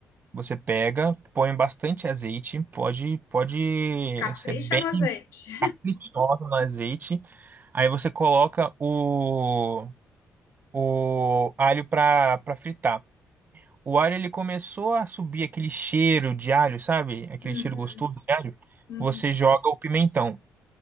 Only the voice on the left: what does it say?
Capricha
no azeite.
Uhum,
uhum,